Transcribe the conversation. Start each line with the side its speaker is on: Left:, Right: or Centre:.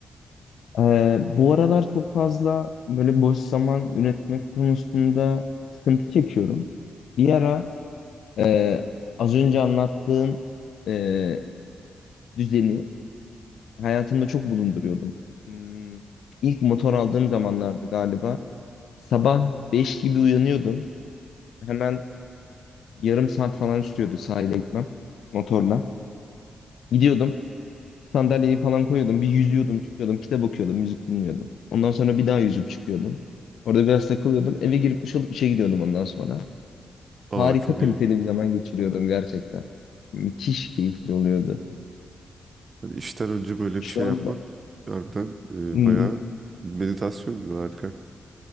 Left: Ee, bu aralar çok fazla böyle boş zaman üretmek konusunda sıkıntı çekiyorum. Bir ara e, az önce anlattığın e, düzeni hayatımda çok bulunduruyordum. Hmm, ilk motor aldığım zamanlardı galiba. Sabah 5 gibi uyanıyordum. Hemen yarım saat falan sürüyordu sahile gitmem motorla. Gidiyordum. Sandalyeyi falan koyuyordum. Bir yüzüyordum, çıkıyordum. Kitap okuyordum, müzik dinliyordum. Ondan sonra bir daha yüzüp çıkıyordum. Orada biraz takılıyordum. Eve girip duş alıp işe gidiyordum ondan sonra.
Right: Aa
Left: Harika
Right: çok
Left: kaliteli
Right: iyi.
Left: bir zaman geçiriyordum gerçekten. Müthiş keyifli oluyordu.
Right: Yani işten önce böyle
Left: Şu
Right: bir şey yapmak
Left: anda
Right: harbiden e,
Left: Hmm,
Right: bayağı meditasyon gibi harika.